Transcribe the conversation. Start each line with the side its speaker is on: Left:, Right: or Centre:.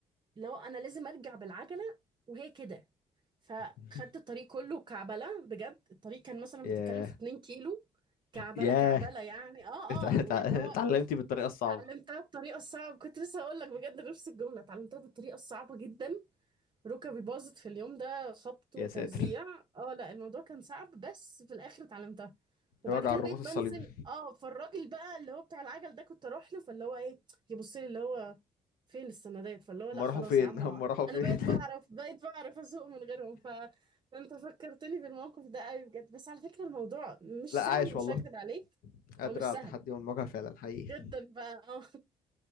Right: اللي هو أنا لازم أرجع بالعجلة وهي كده فخدت
Left: <laughs>
Right: الطريق كله كعبلة بجد الطريق كان مثلا
Left: ياه
Right: بتتكلم في 2 كيلو كعبلة
Left: ياه
Right: كعبلة يعني اه
Left: اتع-
Right: اه واللي
Left: اتع-
Right: هو
Left: اتعلمتي بالطريقه الصعبه
Right: اتعلمتها بطريقة صعبة كنت لسه هقول لك بجد نفس الجملة اتعلمتها بالطريقة الصعبة جدا ركبي باظت في اليوم ده خبط وترزيع
Left: يا ساتر
Right: اه لا الموضوع كان صعب بس في الاخر اتعلمتها وبعد
Left: وجع
Right: كده
Left: الرباط
Right: بقيت بنزل
Left: الصليبي
Right: اه فالراجل بقى اللي هو بتاع العجل ده كنت اروح له فاللي هو ايه يبص لي اللي هو فين السندات فاللي هو لا
Left: هم راحوا
Right: خلاص
Left: فين
Right: يا عم
Left: <laughs> هم راحوا فين
Right: انا بقيت بعرف بقيت بعرف اسوق من غيرهم ف... فانت فكرتني بالموقف ده قوي بجد بس على فكرة الموضوع
Left: <laughs>
Right: مش
Left: لا
Right: سهل
Left: عايش
Right: مش
Left: والله
Right: هكدب عليك
Left: قادر
Right: هو مش
Left: على
Right: سهل
Left: التحدي والمواجهة فعلا حقيقي
Right: جدا بقى اه